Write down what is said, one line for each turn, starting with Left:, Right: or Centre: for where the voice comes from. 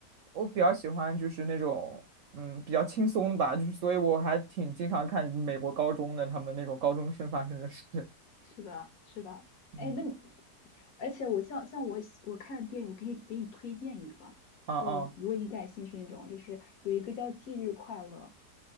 Right: 我比较喜欢就是那种嗯比较轻松的吧，就是所以我还挺经常看美国高中的他们那种高中生发生的事。
Left: 是的，是的。哎，
Right: 嗯
Left: 那你而且我像像我喜我看电影，我可以给你推荐一个，
Right: 啊啊，
Left: 就是如果你感兴趣那种，就是有一个叫《忌日快乐》，